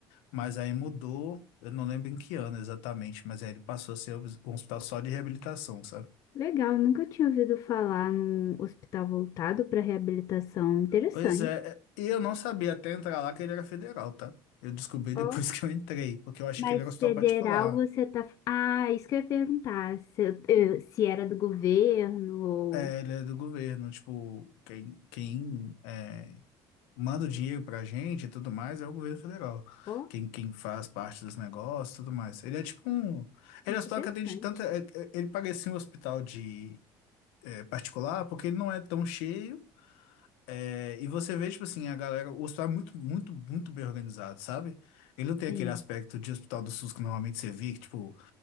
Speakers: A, on the left (about 85°); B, on the left (about 35°).
A: Mas aí mudou, eu não lembro em que ano exatamente, mas aí ele passou a ser um hospital só de reabilitação, sabe?
B: legal, nunca tinha ouvido falar num hospital voltado para reabilitação. Interessante.
A: Pois é, e eu não sabia até entrar lá que ele era federal, tá? Eu descobri
B: Ó,
A: depois <laughs> que eu entrei, porque eu achei
B: mas
A: que ele era um hospital
B: federal
A: particular.
B: você tá. Ah, isso que eu ia perguntar. Se, eu- eu- se era do governo ou.
A: É, ele é do governo, tipo, quem, quem é, manda o dinheiro pra gente e tudo mais é o governo federal.
B: Ó.
A: Quem, quem faz parte dos negócios e tudo mais. Ele é tipo um. Ele
B: Interessante.
A: é só que atende tanta. é- é- Ele parecia um hospital de é, particular, porque ele não é tão cheio. é, e você vê, tipo assim, a galera. O hospital é muito, muito, muito bem organizado, sabe? Ele não tem
B: Sim,
A: aquele aspecto de hospital do SUS que normalmente você vê, que, tipo,